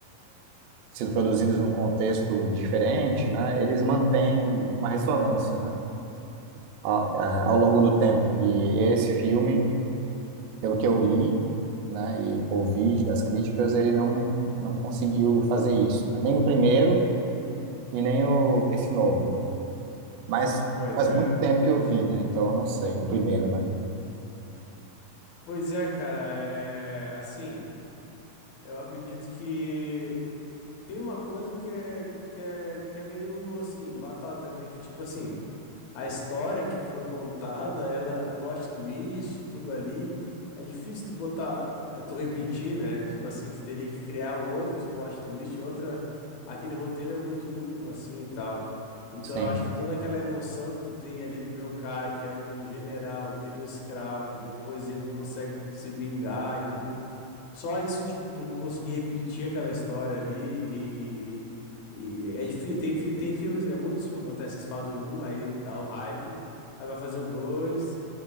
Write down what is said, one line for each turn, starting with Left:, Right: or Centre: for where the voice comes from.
Right: sido produzidos num contexto diferente, né, eles mantêm uma ressonância, né, ao, a- ao longo do tempo. E esse filme, pelo que eu li, né, e ouvi das críticas, ele não, não conseguiu fazer isso, né? Nem o primeiro e nem o, esse novo. Mas
Left: Pois
Right: faz
Left: é.
Right: muito tempo que eu vi, né? Então eu não sei. O primeiro, né?
Left: Pois é, cara, é assim, eu acredito que Tem uma coisa que é, que é, que é meio assim, batata, né? Que tipo assim, a história que foi contada, ela, o plot twist, tudo ali, é difícil tu botar, é, tu repetir, né? Tipo assim, tu teria que criar outro plot twist, outra. Aquele roteiro é muito único assim e tal. Então
Right: Sim,
Left: eu acho que toda aquela emoção que tu tem ali de ver o cara que era um general, e vira um escravo, e depois ele consegue se vingar e tudo. Só isso, tipo, tu conseguir repetir aquela história ali e. e é difícil. Tem, fi- tem filmes, é muitos filmes que acontece, eles fazem o um, aí dá o hype, aí vai fazer o dois.